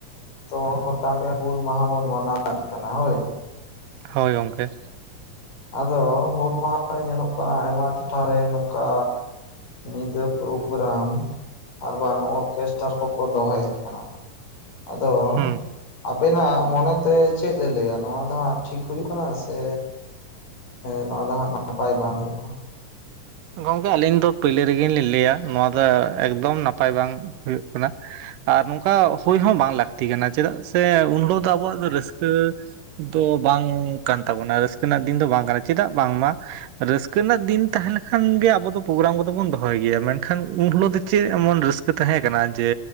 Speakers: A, on the left; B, on the right.
A: ᱛᱚ ᱜᱚᱴᱟ ᱜᱮ ᱦᱩᱞ ᱢᱟᱦᱟ ᱵᱚᱱ ᱢᱟᱱᱟᱣᱮᱫ ᱠᱟᱱᱟ ᱦᱳᱭ,
B: ᱦᱳᱭ ᱜᱚᱝᱠᱮ,
A: ᱟᱫᱚ ᱦᱩᱞ ᱢᱟᱦᱟᱨᱮ ᱧᱮᱞᱚᱜ ᱠᱟᱱᱟ ᱟᱭᱢᱟ ᱴᱚᱴᱷᱟᱨᱮ ᱱᱚᱝᱠᱟ ᱧᱤᱫᱟᱹ ᱯᱨᱳᱜᱨᱟᱢ, ᱟᱨ ᱵᱟᱝ ᱚᱨᱠᱮᱥᱴᱟᱨ ᱠᱚᱠᱚ ᱫᱚᱦᱚᱭᱮᱫ ᱠᱟᱱᱟ, ᱟᱫᱚ
B: ᱦᱩᱸ
A: ᱟᱵᱮᱱᱟᱜ ᱢᱚᱱᱮᱛᱮ ᱪᱮᱫ ᱮ ᱞᱟᱹᱭᱟ ᱱᱚᱣᱟ ᱫᱚ ᱦᱟᱸᱜ ᱴᱷᱤᱠ ᱦᱩᱭᱩᱜ ᱠᱟᱱᱟ ᱥᱮ ᱱᱚᱣᱟ ᱫᱚ ᱦᱟᱸᱜ ᱱᱟᱯᱟᱭ ᱵᱟᱝ ᱦᱩᱭᱩᱜ ᱠᱟᱱᱟ?
B: ᱜᱚᱝᱠᱮ ᱟᱹᱞᱤᱧ ᱫᱚ ᱯᱳᱭᱞᱳ ᱨᱮᱜᱮ ᱞᱤᱧ ᱞᱟᱹᱭᱟ ᱱᱚᱣᱟ ᱫᱚ ᱮᱠᱫᱚᱢ ᱱᱟᱯᱟᱭ ᱵᱟᱝ ᱦᱩᱭᱩᱜ ᱠᱟᱱᱟ᱾ ᱟᱨ ᱱᱚᱝᱠᱟ ᱦᱩᱭ ᱦᱚᱸ ᱵᱟᱝ ᱞᱟᱹᱠᱛᱤ ᱠᱟᱱᱟ ᱪᱮᱫᱟᱜ ᱥᱮ ᱩᱱᱦᱳᱞᱚᱜ ᱫᱚ ᱟᱵᱚᱣᱟᱜ ᱫᱚ ᱨᱟᱹᱥᱠᱟᱹ ᱨᱟᱹᱥᱠᱟᱹ ᱫᱚ ᱵᱟᱝ ᱠᱟᱱ ᱛᱟᱵᱚᱱᱟ ᱨᱟᱹᱥᱠᱟᱹ ᱨᱮᱱᱟᱜ ᱫᱤᱱ ᱫᱚ ᱵᱟᱝ ᱠᱟᱱᱟ ᱪᱮᱫᱟᱜ ᱵᱟᱝᱢᱟ ᱨᱟᱹᱥᱠᱟᱹ ᱨᱮᱱᱟᱜ ᱫᱤᱱ ᱛᱟᱦᱮᱸᱞᱮ ᱠᱷᱟᱱ ᱜᱮ ᱟᱵᱚ ᱫᱚ ᱯᱨᱳᱜᱨᱟᱢ ᱠᱚᱫᱚ ᱵᱚᱱ ᱫᱚᱦᱚᱭ ᱜᱮᱭᱟ ᱢᱮᱱᱠᱷᱟᱱ ᱩᱱ ᱦᱤᱞᱳᱜ ᱫᱚ ᱪᱮᱜ ᱮᱢᱚᱱ ᱨᱟᱹᱥᱠᱟᱹ ᱛᱟᱦᱮᱸ ᱠᱟᱱᱟ ᱡᱮ